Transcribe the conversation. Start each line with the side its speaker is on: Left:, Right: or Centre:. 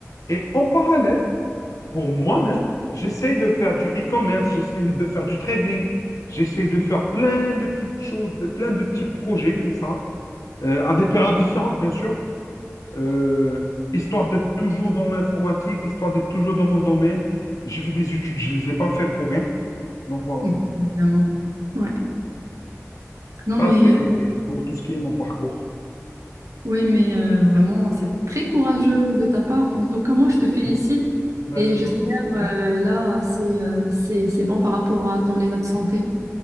Left: Et en parallèle, pour moi-même, j'essaye de faire du e-commerce, j'essaye de faire du trading, j'essaye de faire plein de petites choses, de- plein de petits projets comme ça, euh, à des périodes différentes, bien sûr, Euh, histoire d'être toujours dans l'informatique, histoire d'être toujours dans mon domaine. J'ai fait des études, je ne les ai pas fait pour rien. Donc voilà,
Right: Mm, Évidemment. Ouais. Non,
Left: ça
Right: mais,
Left: c'est
Right: euh,
Left: pour tout ce qui est mon parcours.
Right: ouais, mais euh, vraiment, c'est très courageux de ta part. En tout cas, moi, je te félicite
Left: Merci Merci
Right: et j'espère,
Left: beaucoup.
Right: euh, là, c'est euh, c'est, c'est bon par rapport à ton état de santé.